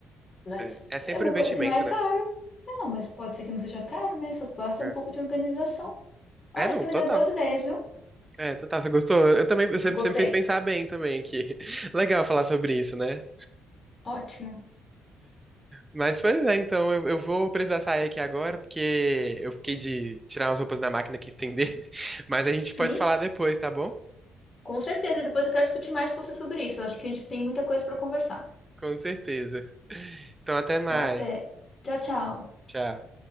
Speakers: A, on the left; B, on the right.
A: Mas
B: é. É sempre
A: é uma
B: um investimento,
A: coisa que não é caro.
B: né?
A: Ah, não, mas pode ser que não seja caro, né? Só basta
B: É,
A: um pouco de organização. Olha,
B: É, não,
A: você me
B: total.
A: deu boas ideias, viu?
B: É, total, você gostou? Eu também, você,
A: Gostei.
B: você me fez pensar bem também aqui. <laughs> Legal falar sobre isso, né?
A: Ótimo.
B: Mas, pois é, então, eu, eu vou precisar sair aqui agora, porque eu fiquei de tirar umas roupas da máquina que estender, <laughs> mas a gente
A: Sim,
B: pode se falar depois, tá bom?
A: com certeza. E depois eu quero discutir mais com você sobre isso. Eu acho que a gente tem muita coisa para conversar.
B: Com certeza. Então, até mais.
A: Então, até. Tchau, tchau.
B: Tchau.